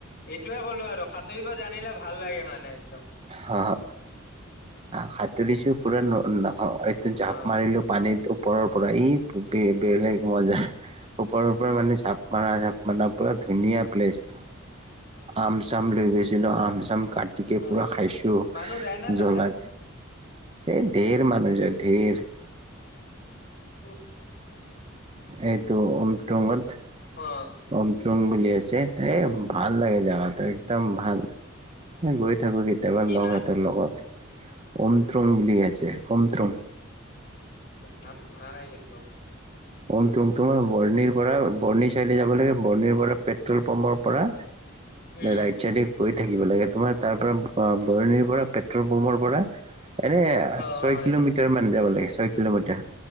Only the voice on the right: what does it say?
হ হ, সাটোৰিচুও <inaudible> জাপ
মাৰিলো পানীত ওপৰৰ পৰাই ই খুবে বেলেগ মজা। ওপৰৰ পৰা মানে ঝাপ মাৰা ঋপ মাৰা পুৰা ধুনীয়া প্লেচ। আম চাম লৈ গৈছিল আম চাম কাটি
পুৰা খাইছোঁ
জলা, এই ঢেৰ মানুহ যে ঢেৰ।
এইটো অমট্ৰুংত।
কমট্ৰুং বুলি আছে, এই ভাল লাগে যিহেতু একদম ভাল। গৈ থাকো কেতিয়াবা
লগ
হতৰ লগত, অমট্ৰুং বুলি আছে অমট্ৰুং।
ওম তুম তোমাৰ বৰ্ণিৰ পৰা বৰ্ণি চাৰিআলি যাব লাগে বৰ্ণিৰ পৰা পেট পেট্ৰল পাম্পৰ পৰা
ৰাইট চাইডে গৈ থাকিব লাগে, তোমাৰ তাৰ পৰাৰা বৰণিৰ পৰা পেট্ৰল পম্পৰ পৰা এনে
ছয়
কিলোমিটাৰ
মান যাব লাগে ছয় কিলোমিটাৰ,